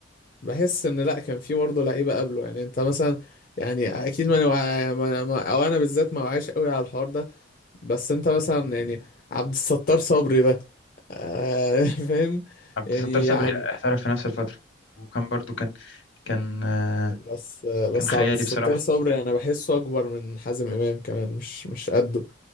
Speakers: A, on the left; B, on the left.
A: بحس ان لا كان في برضه لعيبه قبله يعني انت مثلا يعني اكيد ما, ما, ما أنا- ما- او انا بالذات ما وعيش قوي على الحوار ده بس انت مثلا يعني عبد الستار صبري ده آه <laughs> فاهم
B: عبد
A: يعني
B: الستار صبري
A: يا عم
B: احترف في نفس الفترة وكان برضو كان كان آه،
A: بس بس
B: كان خيالي
A: عبد الستار
B: بصراحة
A: صبري انا بحسه اكبر من حازم امام كمان مش مش قده